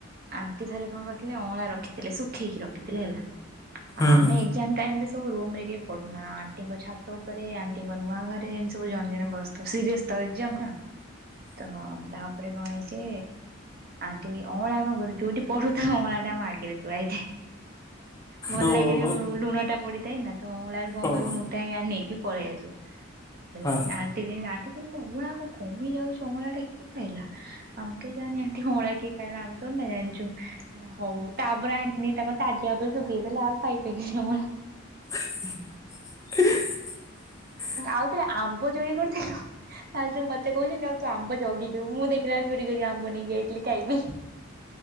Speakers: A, on the right; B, on the left.
A: ଆଣ୍ଟି ଥରେ କଣ କରିଥିଲେ ଅଁଳା ରଖିଥିଲେ ଶୁଖେଇକି ରଖିଥିଲେ ହେଲା ଆଉ
B: ହୁଁ ହୁଁ
A: ଆମେ ଏକଜ୍ଜାମ୍ ଟାଇମରେ ସବୁ ରୁମ ରେ କେହି ପଢୁନା ଆଣ୍ଟିଙ୍କ ଛାତ ଉପରେ ଆଣ୍ଟିଙ୍କ ନୂଆ ଘରେ ଏମିତି ସବୁ ଜଣେ ଜଣେ ବସିଥାଉଁ ସିରିୟସ୍ ତ ଏକଜ୍ଜାମ୍ ନା।
B: <inaudible>
A: ତ ତାପରେ କଣ ହେଇଛି ଆଣ୍ଟି ଅଁଳା କଣ ଯୋଉଠି ପଢୁଥାଉ ଅଁଳାଟା ଆମ ଆଗରେ ଥୁଆହେଇଛି। ଭଲ
B: ଓହୋ
A: ଲାଗେ ଯୋଉ ଲୁଣଟା ପଡିଥାଏ ନା ତ ଅଁଳାରୁ କଣ
B: ହଁ
A: କରିବୁ ଟା ନେଇକି ପଳେଇ ଆସୁ ତାପରେ
B: ହଁ।
A: ଆ ଆଣ୍ଟି କହୁଛନ୍ତି ମୋ ଅଉଳା କ କମି ଯାଉଛି ଅଁଳା ଟା କିଏ ଖାଇଲା ଆମେ କେଇଜାଣି ଆଣ୍ଟି ଅଉଳା କିଏ କାଇ ନା ଆମେତ ତୁ ନ ଜାଣିଛୁ ନା ହଉ ହଉ ତାପରେ ଆଣ୍ଟି ତାଙ୍କ ତାଜା ଉପରେ ଶୁଖେଇଦେଲେ ଆଉ ଖାଇପାଇଲୁନୁ ହୁ।
B: <inaudible>
A: ଆଉ ଥରେ ଆମ୍ବ ଚୋରି କରିଥିଲୁ ତା ମତେ କହୁଛନ୍ତି ଆଉ ତୁ ଆମ୍ବ ଜଗିଥିବୁ ମୁଁ ଦେଖି ଦେଖିଲା ବେଳକୁ ଚୋରି କରିକି ଆମ୍ବ ନେଇକି ଆଇଥିଲି ଖାଇବିି ବୋଲି।